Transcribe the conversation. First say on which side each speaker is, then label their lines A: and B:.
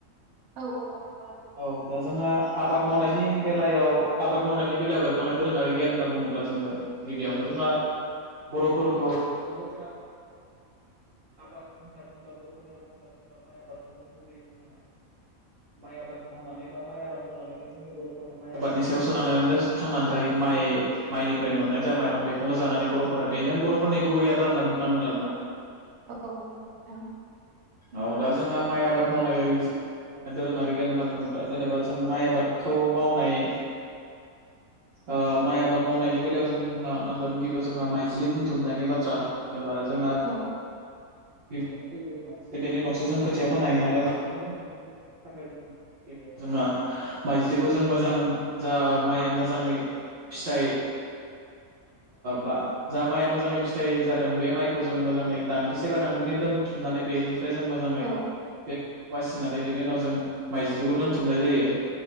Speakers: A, on the right (about 80°); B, on the right (about 50°).
A: औ औ र औ।
B: औ दा जोंहा आबाद मावनायनि बेलायाव आबाद मावनायनि बेलायाव बेरखांनाय दोरोङारि गियान होनना बुङोब्ला जोङो गिबियावनो जोंहा बर'फोरखौ बर'फोरा आबाद होनना बुंबा बर'फोरा आबाद होनबा माइ आबादखौ नों गुबैयै बुंनो हायो माइ आबाद मावनानै बा माइ आबाद मावनानै जोंनि बर'फोर माइ आबादनि सायाव सोनारनानैनो थांनानै थायो माइ माइनिफ्राय मोननाय जा माइरं बेखौनो जानानै बर'फोरा बेनो बर' फोरनि गुबै आदार होनना बुंनांगोन आरोना
A: औ नंगौ नोंथां
B: औ दा जोंहा माइ आबाद मावनाय दोरोङारि गियान होनना बुङोब्ला जेनेबा जों माइ आबादखौ मावनाय ओ माइ आबाद मावनायनि बेलायाव जों बुंनो नांगोन गिबियाव जोंहा माइज्लि बुथुमनायनि बाथ्रा जेनेबा जोंहा
A: औ
B: गिबियावनो फै बेनि उनावसो जों खोथिया फोनो हायो नालाय माइ थाखाय जों गिबियाव जोंहा माइज्लिखौ जों मोजां जा माइआ मोजाङै फिथाइ बा जा माइया मो मोजाङै फिथाइ जादों बे माइखौ जों मोजाङै दांग्रिसे बा दांग्रिनो दोनथुमनानै बेनि ओमफ्राय जों मोजाङै
A: औ
B: बेखौ बासिनानै बेनि उनाव जों माइजिलिखौ दोनथुमनाय जायो